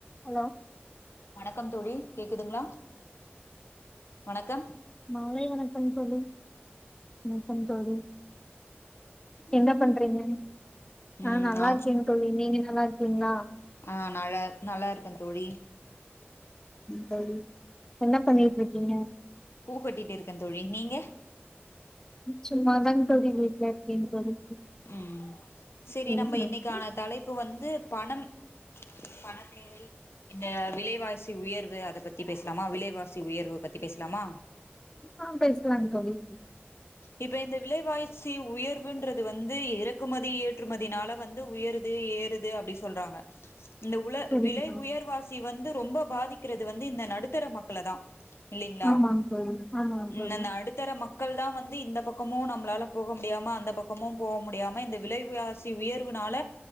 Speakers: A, on the left (about 15°); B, on the left (about 75°).
A: Hello
B: வணக்கம் தோழி கேக்குதுங்ளா வணக்கம்
A: மாலை வணக்கம் தோழி வணக்கம் தோழி என்ன பண்றீங்க
B: ம்
A: ஆ நல்லாருக்கேங்
B: நா
A: தோழி நீங்க நல்லா இருக்கீங்களா
B: ஆ நல்ல நல்லா இருக்கேன் தோழி
A: தோழி என்ன பண்ணிட்டு இருக்கீங்க
B: பூ கட்டிட்டு இருக்கேன் தோழி நீங்க
A: சும்மா தாங் தோழி வீ்ட்ல இருக்கேங் தோழி
B: ம் செரி
A: ம்
B: நம்ம
A: சரி
B: இன்னைக்கான தலைப்பு வந்து பணம் பண தேவை இந்த விலைவாசி உயர்வு அத பத் தி பேசலாமா விலைாசி உயர்வு பத்தி பேசலாமா
A: ஆ பேசலாங் தோழி
B: இப்ப இந்த விலைவாய்சி உயர்வுன்றது வந்து இறக் குமதி ஏற்றுமதினால வந்து உயருது ஏறுது அப்டி சொல்றாங்க இந்த உல
A: சரிங்க
B: விலை
A: தோழி
B: உயர்வாசி வந்து ரொம்ப பாதிக்கிறது வந்து இந்த நடுத்தர மக்கள தா இல்லைங்களா
A: ஆமாங்க தோழி ஆமாங்க தோழி
B: இந்த நடுத் தர மக்கள் தான் வந்து இந்த பக்கமும் நம்மளால போக முடியாம அந்த பக்கமும் போவ முடியாம இந்த விலைவா சி உயர்வுனால